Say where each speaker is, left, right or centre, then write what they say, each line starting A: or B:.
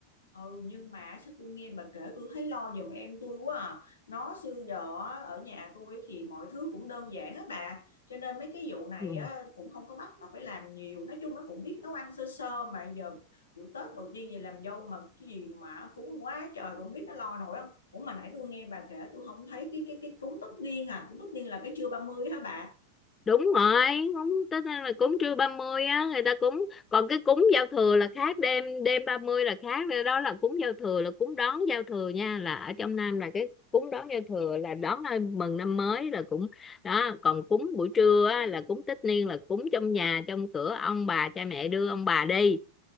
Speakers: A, on the left; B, on the left.
A: Ừ, nhưng mà sao tôi nghe bà kể tôi thấy lo giùm em tôi quá à. Nó xưa giờ á, ở nhà tôi thì mọi thứ cũng đơn giản á bà cho nên mấy cái vụ này
B: Ừ.
A: á, cũng không có bắt nó phải làm nhiều nói chung nó cũng biết nấu ăn sơ sơ mà giờ vụ Tết đầu tiên gì làm dâu mà cái gì mà cúng quá trời tôi không biết nó lo nổi không Ủa mà nãy tôi nghe bà kể tôi không thấy cái cái cái cúng tất niên à cúng tất niên là cái trưa 30 hả bà
B: đúng rồi cúng tức là cúng trưa 30 á người ta cúng còn cái cúng giao thừa là khác đêm đêm 30 là khác đó là cúng giao thừa là cúng đón giao thừa nha là ở trong Nam là cái cúng đón giao thừa là đón ai mừng năm mới là cũng đó còn cúng buổi trưa á, là cúng tất niên là cúng trong nhà trong cửa ông bà cha mẹ đưa ông bà đi